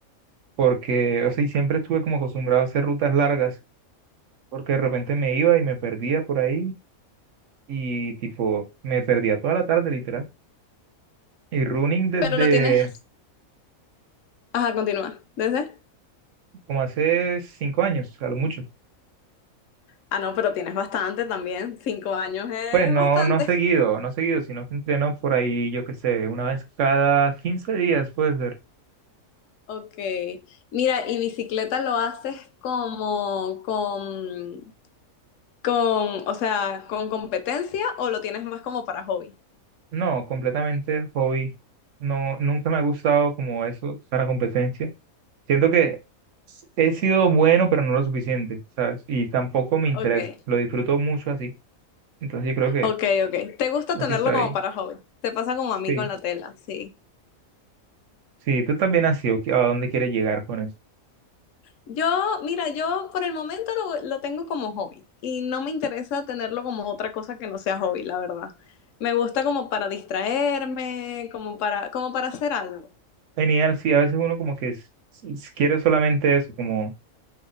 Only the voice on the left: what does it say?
pero lo tienes. Ajá, continúa. ¿Desde?
Ah, no, pero tienes bastante también. Cinco años es
bastante.
Ok. Mira, ¿y bicicleta lo haces como con, con, o sea, con competencia o lo tienes más como para hobby?
Ok,
ok, ok. ¿Te gusta
tenerlo
como
para hobby? Te pasa como
a mí con la tela, sí.
Yo, mira, yo por el momento lo, lo tengo como hobby y no me interesa tenerlo como otra cosa que no sea hobby, la verdad. Me gusta como para distraerme, como para, como para hacer algo.